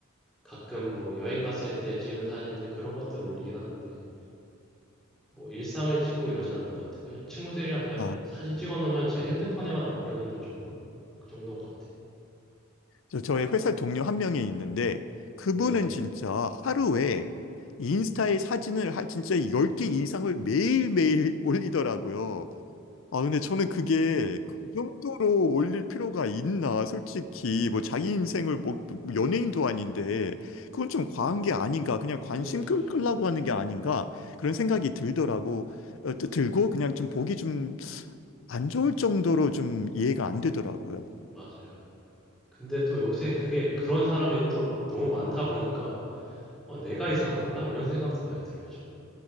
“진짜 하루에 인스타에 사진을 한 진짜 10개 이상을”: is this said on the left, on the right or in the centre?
Left